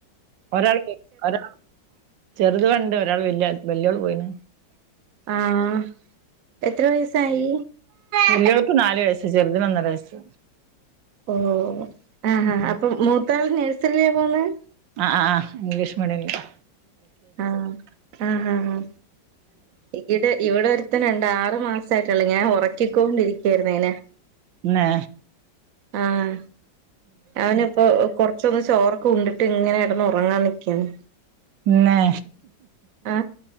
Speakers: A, on the right; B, on the right.
A: ഒരാൾ ഒ ചെറുത് ഉണ്ട് ഒരാൾ വല്യ ആള് പോയിണ്
B: ആഹ എത്ര വയസായി
A: വലിയോൾക്ക് നാല് വയസ്സ് ചെറുതിന് ഒന്നര വയസ്സ്
B: ഓ ആഹാ
A: ഉം
B: അപ്പൊ മൂത്താള് നേഴ്സറയിലാ പോന്ന
A: ആ ആ ഇംഗ്ലീഷ് മീഡിയമില്
B: ആഹ ആഹ ആഹ് ഈടെ ഇവിടെ ഒരരുത്തൻ ണ്ട് ആറ് മാസ ആയിട്ടുള്ളൂ ഞാൻ ഉറക്കിക്കൊണ്ടിരിക്കയായിരുന്നു അയിനെ
A: തന്നെ
B: ആഹ അവന് പ്പെ കൊറച്ചൊന്ന് ചോറൊക്കെ ഉണ്ടിട്ട് ഇങ്ങനെ കിടന്ന് ഉറങ്ങാൻ നിക്കെണ്
A: തന്നെ
B: ആ